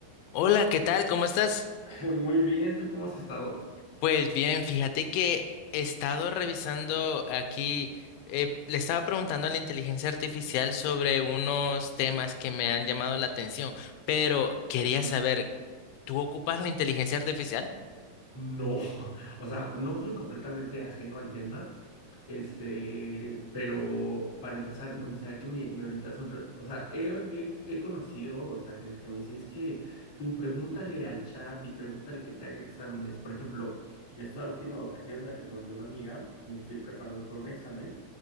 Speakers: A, on the left; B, on the left.
A: Hola, ¿qué tal? ¿Cómo estás?
B: <laughs> Muy bien, ¿tú cómo has estado?
A: Pues bien, fíjate que he estado revisando aquí, eh, le estaba preguntando a la inteligencia artificial sobre unos temas que me han llamado la atención, pero quería saber, ¿tú ocupas la inteligencia artificial?
B: No, <laughs> O sea, no soy completamente ajeno al tema, este, pero para empezar, me gustaría que me, me orientas un... re- O sea, he, he- he conocido, o sea, gente que me dice, es que tú pregúntale al chat y pregúntale que te haga exámenes. Por ejemplo, esta última ocasión me recomendó una amiga, me estoy preparando para un examen